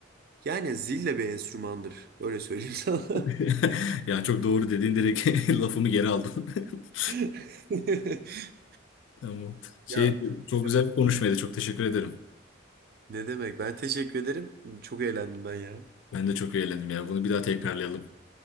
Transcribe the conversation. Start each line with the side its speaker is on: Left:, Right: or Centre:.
Right: Yani zil de bir enstrümandır. Öyle söyleyeyim sana.
Left: <laughs>
Right: <laughs>
Left: Ya çok doğru dedin direkt <laughs> lafımı geri aldım. <laughs>
Right: <laughs>
Left: Tamam. Şey
Right: Ya
Left: çok
Right: ya
Left: güzel bir konuşmaydı. Çok teşekkür ederim.
Right: ne demek? Ben teşekkür ederim. Çok eğlendim ben ya.
Left: Ben de çok eğlendim ya. Bunu bir daha tekrarlayalım.